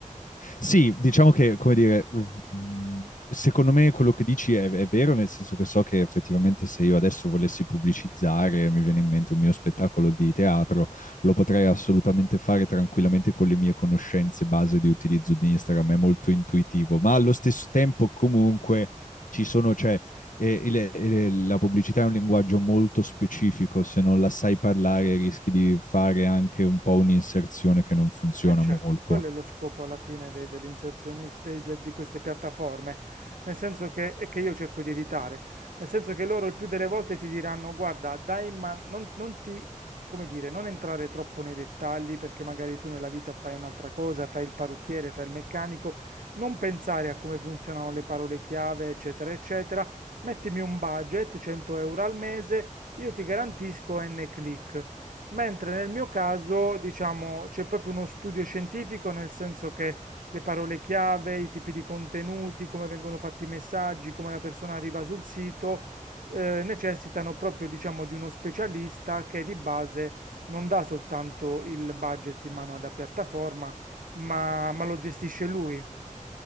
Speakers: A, on the left; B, on the right.
A: Sì, diciamo che, come dire, mm, secondo me quello che dici è, è vero, nel senso che so che effettivamente se io adesso volessi pubblicizzare, mi viene in mente un mio spettacolo di teatro, lo potrei assolutamente fare tranquillamente con le mie conoscenze base di utilizzo di Instagram, è molto intuitivo, ma allo stesso tempo comunque ci sono, cioè, eh, il- eh, la pubblicità è un linguaggio molto specifico, se non la sai parlare rischi di fare anche un po' un'inserzione che non funziona
B: Eh certo,
A: molto.
B: quello è lo scopo alla fine dei- degli inserzionisti, dei- de- di queste piattaforme, nel senso che, e che io cerco di evitare, nel senso che loro il più delle volte ti diranno, guarda, dai, ma non, non ti, come dire, non entrare troppo nei dettagli perché magari tu nella vita fai un'altra cosa, fai il parrucchiere, fai il meccanico, non pensare a come funzionano le parole chiave, eccetera, eccetera, mettimi un budget, 100 euro al mese, io ti garantisco N click mentre nel mio caso, diciamo, c'è proprio uno studio scientifico, nel senso che le parole chiave, i tipi di contenuti, come vengono fatti i messaggi, come la persona arriva sul sito, eh, necessitano proprio, diciamo, di uno specialista che di base non dà soltanto il budget in mano alla piattaforma, ma ma lo gestisce lui.